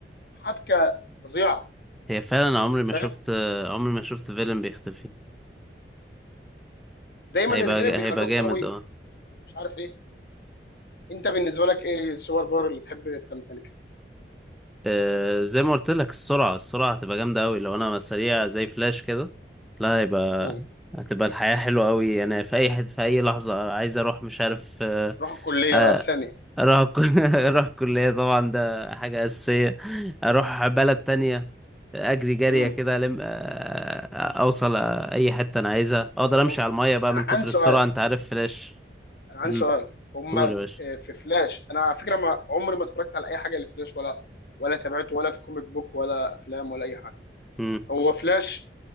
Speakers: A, on the left; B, in the centre.
A: حبكه فظيعه
B: هي فعلا
A: يعني
B: عمري
A: فاهم
B: ما شفت عمري ما شفت فيلم بيختفي
A: دايما
B: هيبقى
A: الفيلم بيخلوه
B: هيبقى جامد
A: قوي
B: اه
A: مش عارف ايه انت بالنسبه لك ايه السوبر باور اللي تحب تمتلكها
B: آه، زي ما قلت لك السرعة السرعة هتبقى جامدة أوي لو أنا سريع زي فلاش كده لا هيبقى
A: امم
B: هتبقى الحياة حلوة أوي أنا في أي حد في أي لحظة عايز أروح مش عارف آه،
A: تروح الكليه
B: آه،
A: بقى في ثانيه
B: اروح الك- <laughs> اروح الكلية طبعا ده حاجة أساسية اروح بلد تانية اجري جرية
A: امم
B: كده لم اوصل آه، اي حتة انا عايزها اقدر امشي
A: هم...
B: على المية بقى
A: انا
B: من كتر
A: عندي سؤال
B: السرعة انت عارف فلاش
A: انا عندي
B: امم
A: سؤال هم
B: قول يا باشا
A: آه، في فلاش انا على فكره ما عمري ما اتفرجت على اي حاجه لفلاش ولا ولا تابعته ولا في كوميك بوك ولا افلام ولا اي حاجه
B: امم
A: هو فلاش